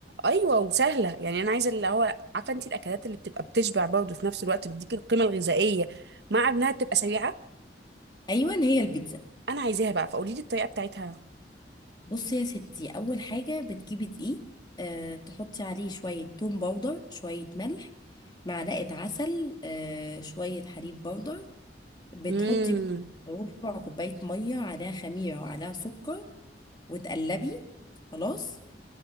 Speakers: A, on the right (about 70°); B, on the left (about 25°).
A: ايوه وسهله يعني انا عايزه اللي هو عارفه انت الاكلات اللي بتبقى بتشبع برضه في نفس الوقت بتديك القيمه الغذائيه مع انها بتبقى سريعه
B: ايوه هي البيتزا
A: انا عايزاها بقى فقولي لي الطريقه بتاعتها
B: بصي يا ستي اول حاجه بتجيبي دقيق آه تحطي عليه شويه توم باودر شويه ملح معلقه عسل آه شويه حليب باودر بتحطي
A: امم
B: ربع كوبايه ميه عليها خميره وعليها سكر وتقلبي خلاص